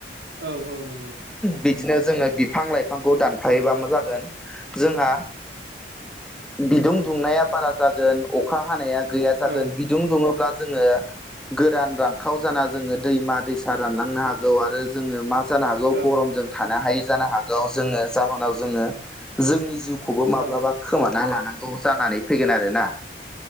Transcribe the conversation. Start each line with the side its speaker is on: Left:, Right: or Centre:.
Right: औ औ नंगौ।
Centre: बिदिनो जोङो बिफां लाइफांखौ दानफायोबा मा जागोन। जोंहा बिदुं दुंनाया बारा जागोन। अखा हानाया गैया जागोन
Right: औ
Centre: बिदुं दुङोब्ला जोङो गोरान रानखाव जाना जोङो दैमा दैसा रानलांनो हागौ आरो जोङो मा जानो हागौ
Right: औ
Centre: गरमजों थानो हायै जानो हागौ जोङो जाहोनाव जोङो जोंनि जिउखौबो माब्लाबा
Right: औ
Centre: खोमाना लानांगौ जानानै फैगोन आरोना